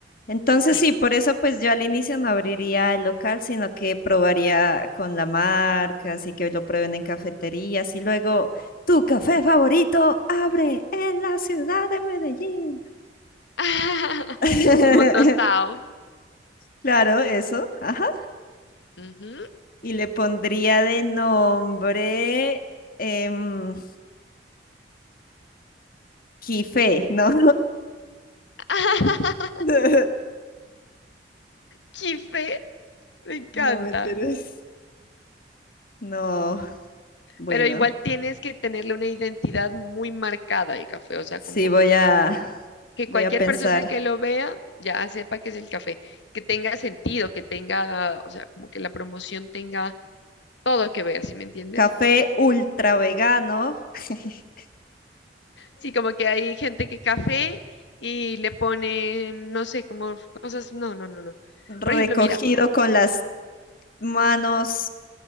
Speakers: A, on the left; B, on the left.
A: Entonces
B: Sí.
A: sí, por eso pues yo al inicio no abriría el local, sino que probaría con la marca, así que lo prueben en cafeterías y luego tu café favorito abre en la ciudad de Medellín.
B: <laughs>
A: <laughs>
B: Como tostado.
A: Claro, eso, ajá.
B: Ujú.
A: Y le pondría de nombre em, Quife, ¿no?
B: <laughs>
A: <laughs>
B: ¡Qué fe! Me encanta.
A: No mentiras. No, bueno,
B: Pero igual tienes que tenerle una identidad muy marcada al café, o sea,
A: sí
B: como
A: voy a
B: que
A: voy
B: cualquier
A: a pensar.
B: persona que lo vea ya sepa que es el café, que tenga sentido, que tenga, o sea, como que la promoción tenga todo que ver, ¿sí me entiendes?
A: Café ultra vegano, <laughs>
B: Sí, como que hay gente que café y le pone, no sé, como cosas, no, no, no, no.
A: recogido
B: Por ejemplo, mira,
A: con las manos